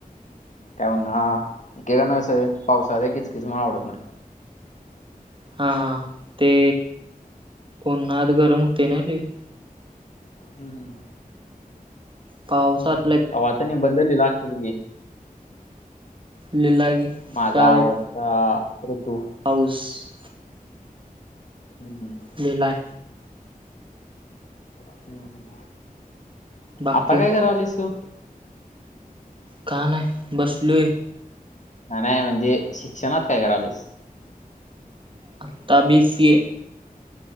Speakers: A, on the left; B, on the right.
A: काय <unintelligible> पावसा किचकीच मूळ आवडत नाही.
B: हा... हा.. ते उन्हात गरम होते न लय.
A: हम्म...
B: पावस <inaudible>
A: कावाती <inaudible> नी बंदल ला असते की, नी
B: लीला की,
A: माझा
B: शाळेत
A: आवडता ऋतू
B: पाऊस....
A: हम्म...
B: जिल्हा..
A: हम्म...
B: बाकी
A: आता काय करालीस तू?
B: का नाही, बसलोय.
A: नाही... म्हणजे? शिक्षणात काय करालेस?
B: आता, बी. सी. ए.